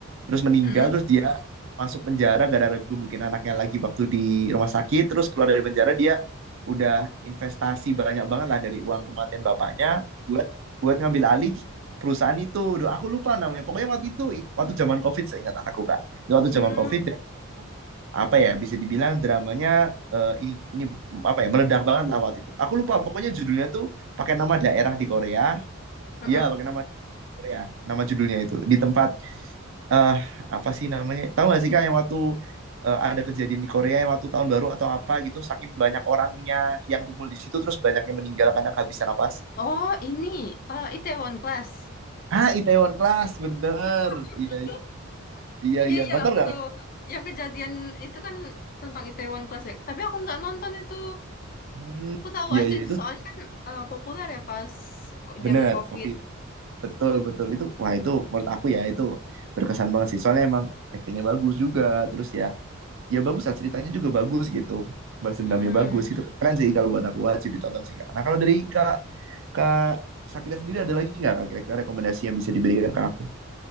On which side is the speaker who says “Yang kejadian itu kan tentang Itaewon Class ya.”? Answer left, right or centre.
Left